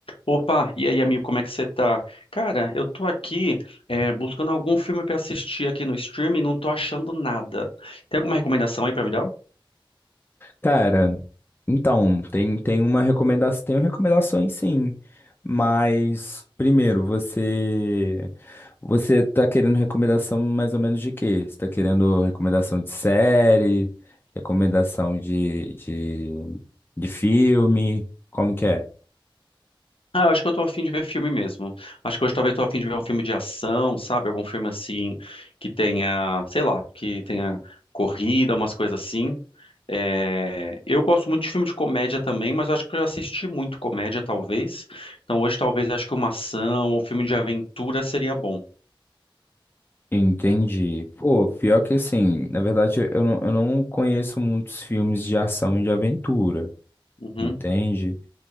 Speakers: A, on the left; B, on the left.
A: Opa, e aí, amigo, como é que você tá? Cara, eu tô aqui é, buscando algum filme pra assistir aqui no streaming, não tô achando nada. Tem alguma recomendação aí pra me dar?
B: Cara, então, tem, tem uma recomendação, tem recomendações sim, mas primeiro, você você tá querendo recomendação mais ou menos de quê? Você tá querendo recomendação de série, recomendação de, de, de filme, como que é?
A: Ah, eu acho que eu tô afim de ver filme mesmo. Acho que hoje talvez tô afim de ver um filme de ação, sabe? Algum filme assim que tenha, sei lá, que tenha corrida, umas coisas assim. É, Eu gosto muito de filme de comédia também, mas eu acho que eu já assisti muito comédia, talvez. Então hoje talvez acho que uma ação ou filme de aventura seria bom.
B: Entendi. Pô, pior que assim, na verdade eu não, eu não conheço muitos filmes de ação e de aventura,
A: Uhum.
B: entende?